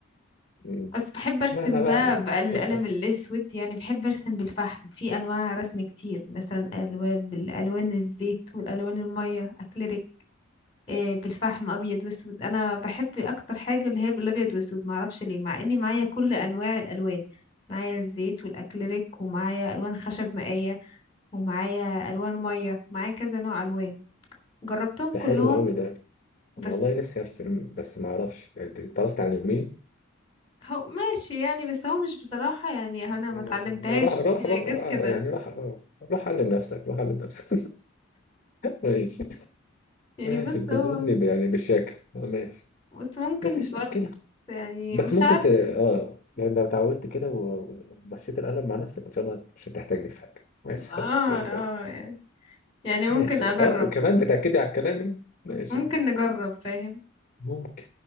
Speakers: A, on the left; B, on the left.
A: مم.
B: بس بحب ارسم
A: لا انا بقى
B: بقى بالقلم
A: اشحت
B: الاسود يعني بحب ارسم بالفحم في انواع رسم كتير مثلا الوان بالالوان الزيت والالوان الميه اكليريك آه، بالفحم ابيض واسود انا بحب اكتر حاجه اللي هي بالابيض واسود معرفش ليه مع اني معايا كل انواع الالوان معايا الزيت والاكليريك ومعايا الوان خشب مائيه ومعايا الوان ميه معايا كذا نوع الوان جربتهم
A: ده
B: كلهم
A: حلو قوي ده
B: بس
A: انا والله نفسي ارسم بس ما اعرفش انت أنت تعرف تعلميني
B: هو ماشي يعني بس هو مش بصراحه يعني انا ما
A: مم،
B: اتعلمتهاش
A: راح راح
B: هي
A: راح
B: جت
A: آه،
B: كده
A: يعني راح آه، راح علم نفسك راح علم نفسك <laughs> ماشي
B: يعني
A: ماشي
B: بس
A: بتضربني
B: هو
A: ب- يعني بالشاكة آه، ماشي
B: بس ممكن
A: ما فيش
B: برضه
A: مشكلة
B: يعني
A: بس
B: مش
A: ممكن
B: عارف
A: ت... اه يعني لو اتعودت كده و- ومشيت القلم مع نفسك ان شاء الله مش هتحتاجني في حاجة ماشي
B: اه
A: خلاص زي الفل
B: اه يعني يعني ممكن
A: ماشي
B: اجرب
A: اه كمان بتأكدي على كلامي ماشي
B: ممكن نجرب فاهم
A: ممكن